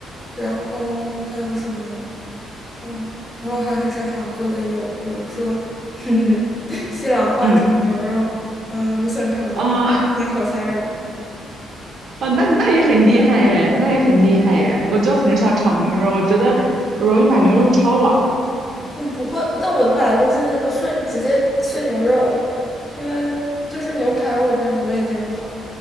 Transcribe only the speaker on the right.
嗯，
哦，
哦，那那也很厉害耶，那也很厉害耶。我就很少炒牛肉，我觉得我容易把牛肉炒老。